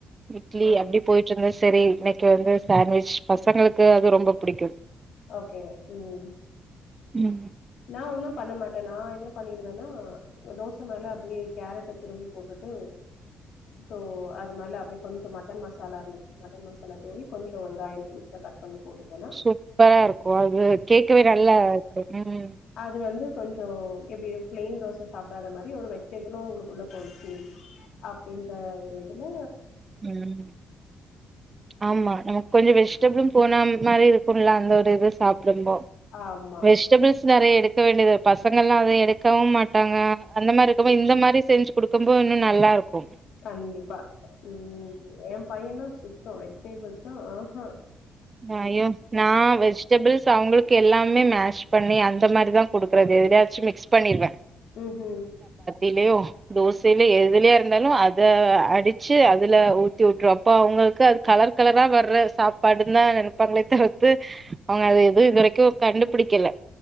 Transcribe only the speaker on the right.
இட்லி
அப்டி போயிட்டு இருந்துச் சரி இன்னைக்கு வந்து சாண்ட்வெஜ் பசங்களுக்கு அது ரொம்ப பிடிக்கு
உம்
சூப்பரா இருக்கு அது கேக்கவே நல்லா இருக்கு ம்
உம் ஆமா நமக்கு கொஞ்சம் வெஜிடபிளும் போன மாதிரி இருக்கும்லா அந்த ஒரு இது சா ப
வெஜிடபிள்ஸ் நெறைய எடு இருக்க வேண்டியது பசங்க எல்லாம் அத எடுக்கவும் மாட்டாங்க அந்த மாதிரி
இருக்கும் இந்த மாதிரி செஞ்சு கொடுக்கும் போது இன்னும் நல்லா இருக்கும்
ஐயோ நான் வெஜிடபிள்ஸ் அவங்களுக்கு எல்லாம் மேஷ் பண்ணி அந்த மாதிரிதான் குடுக்குறது எதலாச்சும் மிக்ஸ் பண்ணிக்குவேன்
இல்லையோ தோசையில எதுலயா இருந்தாலும் அத அடிச்சு அதுல ஊத்தி விட்டுரும் அப்போ அவங்களுக்கு அது கலர் கலரா வர்ற சாப்பாடு ந்த நெனப்பாங்கள தவிர்த்து அவங்க அது எது இதுவரைக்கும் கண்டுபிடிக்கல